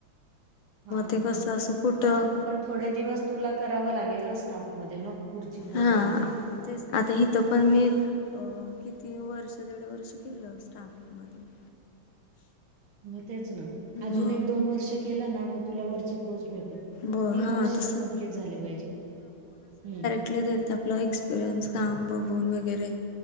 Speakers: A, on the right; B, on the left.
A: हा
B: ते
A: मग
B: कसं असं कुठं
A: आता पण थोडे दिवस तुला करावं लागेल ना स्टाफ मध्ये मग पुढची पोस्ट
B: हा
A: भेटेल
B: तेच आता इथ पण मी अ किती वर्ष दीड वर्ष केलं स्टाफ मध्ये
A: मग तेच ना अजून
B: मग
A: एक दोन वर्ष केलं ना मग तुला वरची पोस्ट भेटेल
B: ब
A: तीन
B: हा
A: वर्ष
B: तसं
A: तर कंप्लीट झाले पाहिजे.. हम
B: घेतात आपलं एक्सपिरियन्स काम बघून वगैरे